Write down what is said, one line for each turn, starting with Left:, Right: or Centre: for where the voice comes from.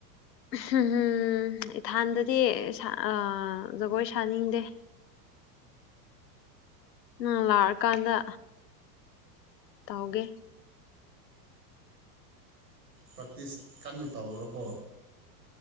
Left: ꯎꯝꯝ ꯏꯊꯥꯟꯗꯗꯤ ꯁꯥ ꯑꯥ ꯖꯒꯣꯏ ꯁꯥꯅꯤꯡꯗꯦ ꯎꯝ ꯅꯪ ꯂꯥꯛꯑꯀꯥꯟꯗ ꯇꯧꯒꯦ
Right: ꯄ꯭ꯔꯦꯛꯇꯤꯁ ꯀꯟꯅ ꯇꯧꯔꯣꯀꯣ